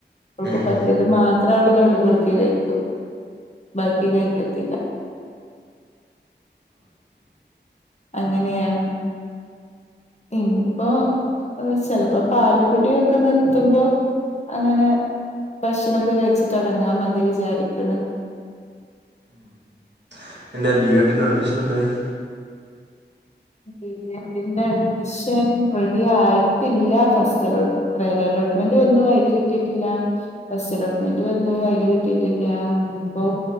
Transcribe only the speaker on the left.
അവൾക്ക്
പറ്റിയത് മാത്രം അവള് നുള്ളിപ്പറുക്കി കഴിക്കും ബാക്കി കഴിക്കത്തില്ല
അങ്ങനെയാണ് ഇനിയിപ്പോ അ് ചെലപ്പോ പാലുകുടിയൊക്കെ നിർത്തുമ്പോ അങ്ങനെ ഭക്ഷണക്കെ കഴിച്ചു തുടങ്ങാ മതി വിചാരിക്കണ
ബി എഡിൻ്റെ അഡ്മിഷൻ റെഡി ആയിട്ടില്ല ഫസ്റ്റ് അലോട്ട് ട്രൈയൽ അലോട്ട്മെന്റ് വന്നു അതിൽ കിട്ടിയിട്ടില്ല ഫസ്റ്റ് അലോട്ട്മെന്റ് വന്നു അതില് കിട്ടിയിട്ടില്ല ഇനിപ്പോ